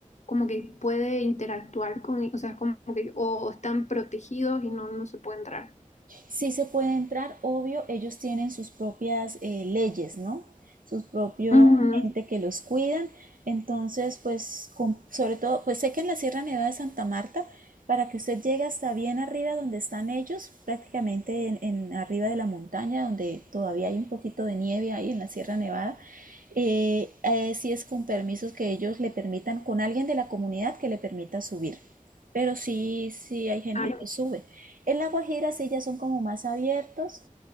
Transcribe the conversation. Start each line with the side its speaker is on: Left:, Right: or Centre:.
Left: como que puede interactuar con, e- o sea, como que o están protegidos y no, no se puede entrar.
Right: Sí se puede entrar, obvio, ellos tienen sus propias eh, leyes, ¿no? Sus propios
Left: Ujú,
Right: gente que los cuidan. Entonces, pues, con- sobre todo, pues sé que en la Sierra Nevada de Santa Marta, para que usted llegue hasta bien arriba donde están ellos, prácticamente en, en arriba de la montaña, donde todavía hay un poquito de nieve ahí en la Sierra Nevada, eh, eh, sí es con permisos que ellos le permitan, con alguien de la comunidad que le permita subir. Pero sí, sí hay gente
Left: Claro,
Right: que sube. En La Guajira sí ya son como más abiertos